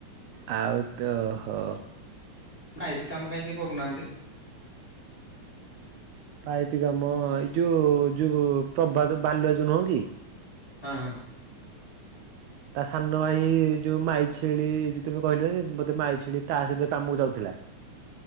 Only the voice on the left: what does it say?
ପାଇପ କାମ କାହିଁ କେହି କରୁନାହାନ୍ତି?
ହଁ ହଁ